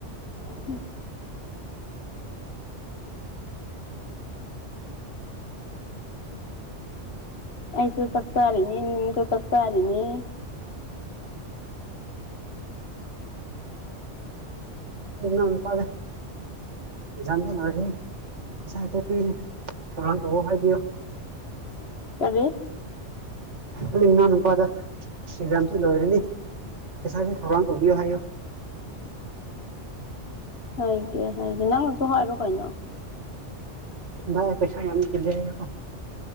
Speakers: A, on the left (about 60°); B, on the right (about 75°).
A: ꯎꯝ <inaudible> ꯑꯥꯏꯁꯨ ꯆꯛꯆꯥꯥꯔꯤꯅꯤ ꯅꯪꯁꯨ ꯆꯛꯆꯥꯔꯤꯅꯤ
B: ꯏꯅꯥꯎ ꯅꯨꯄꯗ <unintelligible> <unintelligible> ꯊꯧꯔꯥꯡ ꯇꯧꯋꯣ ꯍꯥꯏꯕꯤꯌꯣ
A: ꯀꯔꯤ
B: ꯅꯣꯏ ꯏꯅꯥꯎ ꯅꯨꯄꯥꯗ ꯑꯦꯛꯖꯥꯝꯁꯨ ꯂꯣꯏꯔꯅꯤ ꯄꯩꯁꯥꯒꯤ ꯊꯧꯔꯥꯡ ꯇꯧꯕꯤꯌꯣ ꯍꯥꯏꯌꯣ
A: ꯍꯥꯏꯒꯦ ꯍꯥꯏꯒꯦ ꯅꯪꯅꯁꯨ ꯍꯥꯏꯔꯨ ꯀꯩꯅꯣ
B: ꯏꯕꯥ ꯄꯩꯁꯥ ꯌꯥꯝ ꯆꯤꯜꯂꯦ ꯍꯥꯏꯌꯨꯀꯣ